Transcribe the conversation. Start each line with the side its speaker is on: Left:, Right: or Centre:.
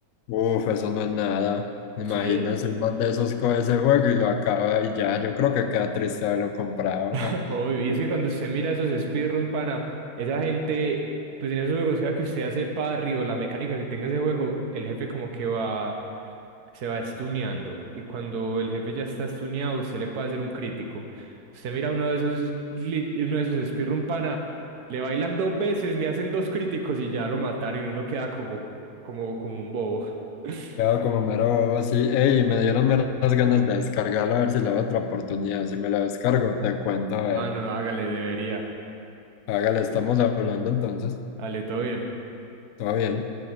Left: Uf, eso no es nada. Imagínese
Right: Sí, eh.
Left: un man de esos con ese juego y lo acaba y ya. Yo creo que queda triste haberlo comprado.
Right: <laughs>
Left: ja.
Right: Obvio, y es que cuando usted mira esos speedrun, pana, esa gente, pues en esos juegos, sea que usted hace parry o la mecánica que tenga ese juego, el jefe como que va se va estuneando y cuando el jefe ya está estuneado, usted le puede hacer un crítico. Usted mira uno de esos, gli- uno de esos speedrun pana, le bailan dos veces, le hacen dos críticos y ya lo mataron y uno queda como, como, como un bobo. <laughs>
Left: Queda como mero bobo, sí. Ey, me dieron meras ganas de descargarlo a ver si le doy otra oportunidad. Si me lo descargo, te cuento, a
Right: Mano,
Left: ver.
Right: hágale, debería.
Left: Hágale, estamos hablando entonces.
Right: Dale, todo bien.
Left: Todo bien.